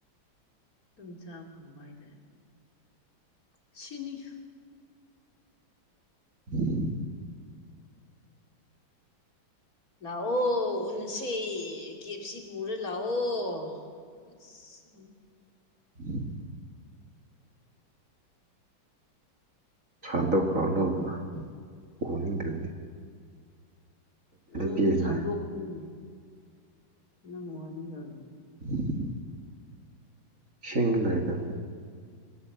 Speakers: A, on the left; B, on the right.
A: ꯑꯗꯨꯝ ꯆꯥ ꯐꯪꯕ ꯍꯥꯏꯇꯥꯔꯦ ꯁꯤꯅꯤ
B: <inaudible>
A: ꯂꯥꯛꯑꯣ ꯎꯅꯁꯦ ꯀꯦ ꯌꯦꯞ ꯁꯤ ꯄꯨꯔ ꯂꯥꯛꯑꯣ ꯑꯁ
B: ꯎꯝ <inaudible> ꯁꯥꯟꯗꯣꯛꯈ꯭ꯔꯣ ꯂꯧꯗꯣ ꯎꯅꯤꯡꯗ꯭ꯔꯗꯤ
A: ꯅꯪꯕꯨ
B: ꯄꯤꯔꯤ
A: ꯁꯥꯟꯗꯣꯛꯀꯅꯤ
B: ꯅꯣꯏ
A: ꯅꯪ ꯎꯍꯟ ꯗꯧꯔꯤꯕꯅꯦ
B: <unintelligible> ꯁꯤ <inaudible> ꯡ ꯂ ꯍꯥꯏꯗ